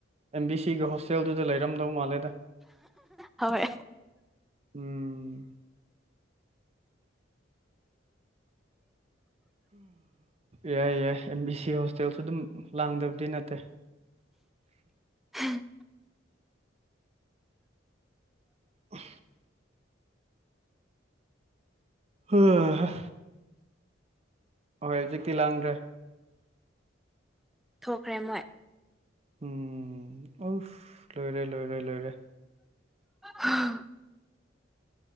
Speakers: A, on the right; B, in the centre.
A: ꯑꯦꯝ ꯕꯤ ꯁꯤꯒ ꯍꯣꯁꯇꯦꯜꯗꯨꯗ ꯂꯩꯔꯝꯗꯧ ꯃꯥꯜꯂꯦꯗ
B: ꯍꯣꯏ
A: ꯎꯝ ꯌꯥꯏ ꯌꯥꯏ ꯑꯦꯝ ꯕꯤ ꯁꯤ ꯍꯣꯁꯇꯦꯜꯁꯨ ꯑꯗꯨꯝ ꯂꯥꯡꯗꯕꯗꯤ ꯅꯠꯇꯦ
B: ꯎꯝ
A: ꯑ ꯍꯣꯏ ꯑꯍꯣꯏ ꯍꯧꯖꯤꯛꯇꯤ ꯂꯥꯡꯗ꯭ꯔꯦ
B: ꯊꯣꯛꯈ꯭ꯔꯦ ꯃꯣꯏ
A: ꯎꯝ ꯑꯣꯐ ꯂꯣꯏꯔꯦ ꯂꯣꯏꯔꯦ ꯂꯣꯏꯔꯦ
B: ꯎꯝ